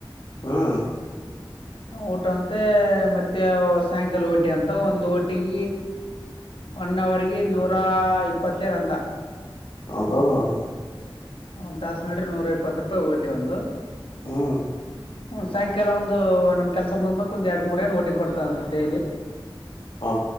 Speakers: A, on the left; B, on the left.
A: ಹ್ಮ್
B: ಊಟ ಅಂತೆ ಮತ್ತೆ ಮ ಸಾಯಂಕಾಲ ಓಟಿ ಅಂತ ಒಂದು ಓಟಿಗ ಒನ್ವಗ ನೂರಾ ಇಪ್ಪತ್ತೇ ನಂದ
A: ಅ ಹೌ ಅೌ
B: ಒಂದ್ ತಾಸ ಮೇಡ್ರಿ ನೂರ ಇಪ್ಪತ್ತು ರೂಪಾಯಿ ಓಟಿ ಒಂದು
A: ಹ್ಮ್
B: ಹ್ಮ ಸಾಯಂಕಾಲ ಒಂದು ನಮ್ ಕೆಲ್ಸ ಮುದ್್ಮಕ್ ಒಂದ್ ಎರಡ್ ಮೂರ ಏನ್ ಒಟಿ ಕೊಡ್ತಂದೀ ಡೈಲಿ
A: ಅೋ